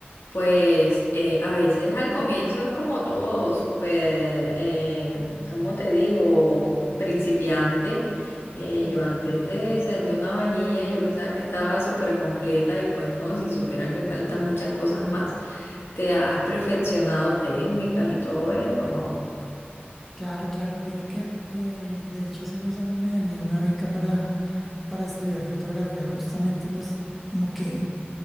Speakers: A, on the left; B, in the centre.
A: Pues eh, a veces al comienzo es como todo, súper, eh, ¿cómo te digo? Principiante. Eh,
B: Ujú.
A: yo antes te serví una vajilla y yo pensaba que estaba súper completa y pues no, si supiera que faltan muchas cosas más. Te has perfeccionado técnicas y todo eso, ¿no?
B: Claro, claro. Mira que eh, de hecho hace unos años me gané una beca para, para estudiar fotografía, justamente pues como que